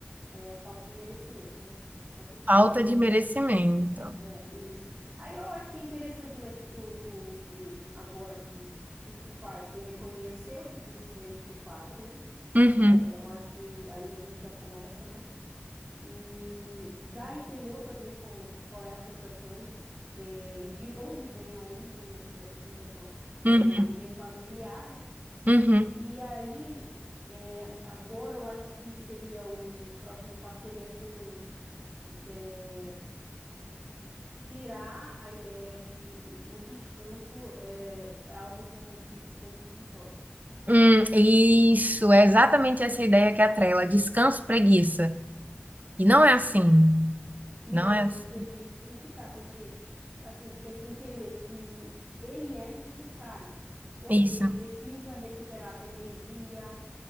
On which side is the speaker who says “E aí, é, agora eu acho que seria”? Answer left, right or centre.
Right